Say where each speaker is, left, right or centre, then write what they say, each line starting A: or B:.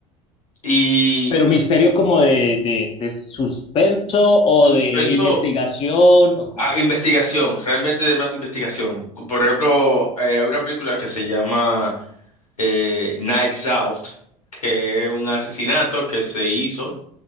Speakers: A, on the left; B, on the left.
A: y
B: Pero misterio como de, de, de suspenso o
A: suspenso
B: de investigación o como
A: a
B: es.
A: investigación, realmente de más investigación. Por ejemplo, eh, hay una película que se llama eh, Knives Out, que es un asesinato que se hizo.